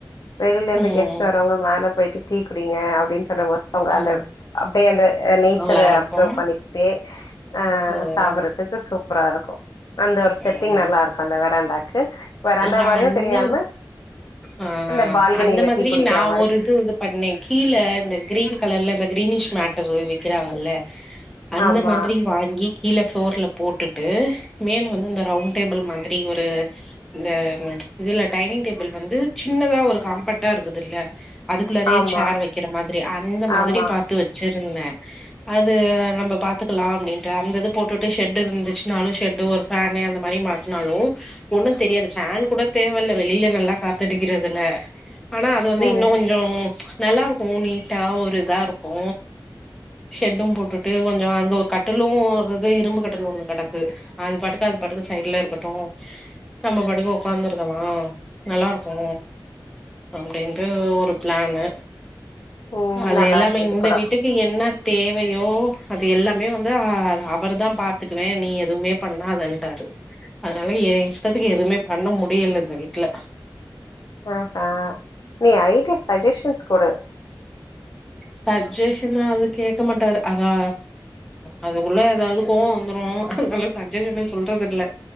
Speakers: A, on the left (about 55°); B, in the centre.
A: வெளியில இருந்து
B: ம்
A: கெஸ்ட் வரவங்க மேல போயிட்டு டீகுடிங்க அப்டின்னு சொல்லும் போது அவுங்க
B: ம்
A: அந்த அப்டியே அந்த நேச்சர
B: நல்லா இருக்கு
A: அப்செவ் பண்ணிக்கிட்டே அ
B: ம்
A: சாப்புட்றது சூப்பராக இருக்கு அந்த ஒரு செட்டிங்
B: ம்
A: நல்லா இருக்கு அந்த வெராண்டாக்கு வெராண்டா
B: இல்ல
A: மாரியு
B: அந்த
A: தெரியாம
B: ஆ ஆ
A: இந்த பால்கனில
B: அந்த மாதிரி
A: டீ குடிக்கிற
B: நா
A: மாரி
B: ஒரு இது இது பண்ணௌ கீழ இந்த கிரீன் கலர்ல இந்த கிரீனிஷ் மேட்டர் வெக்கிறாங்கல்ல அந்த
A: ஆமா
B: மாதிரி வாங்கி கீழே ப்ளோர்ல போட்டுட்டு மேல வந்து இந்த ரவுண்ட் டேபிள் மாதிரி ஒரு இந்த இதுல டைனிங் டேபிள் வந்து சின்னதா ஒரு காம்பேக்ட்டா இருக்குதுல்ல அதுக்குள்ளறையே
A: ஆமா
B: சேர் வெக்கிற மாதிரி அந்த மாதிரி
A: ஆமா
B: பாத்து வெச்சிருந்த அது நம்ம பாத்துக்கலா அப்டின்ட்டு அந்த இது போட்டுட்டு ஷெட்டு் இருந்துச்சுனாலு ஷெட்டு ஒரு ஃபேனு அந்த மாரி மாட்னாலோ ஓன்னு தெரியாது ஃபேன் கூட தேவ இல்ல வெளியில நல்லா காத்தடிக்கிறதுனல ஆனா அது வந்து
A: ம்
B: இன்னு கொஞ்சோ நல்லா இருக்கு நீட்டா ஒரு இதா இருக்கு ஷெட்டு போட்டுட்டு கொஞ்சோ அங்க ஒரு கட்டலு அது அது இரும்பு கட்டலு ஒன்னு கடக்கு அது பாட்டுக்கு அது பாட்டுக்கு சைட்ல இருக்கட்டு நம்ம பட்டுக்கு ஒக்காந்து இருக்கலா நல்லா இருக்கு அப்டின்ற ஒரு பிளானு
A: ம்
B: அது
A: நல்லா
B: எல்லாமே
A: இருக்கு இது
B: இந்த
A: கூட
B: வீட்டுக் என்ன தேவையோ அது எல்லாமே வந்து அவர் தா பாத்துக்குவே நீ எதுவுமே பண்ணாத ன்டாரு அதனால ஏ இஷ்டத்துக்கு எதுவுமே பண்ண முடியல இந்த வீட்ல
A: ஆ ஆ நீ ஐடியா சஜெஷன்ஸ் குடு
B: சஜேஷ்னா அது கேட்க மாட்டாரு அதா அதுக்குள்ள ஏதாவது கோவோ வந்துரு அதுனால சஜ்ஷனே சொல்றதுல்ல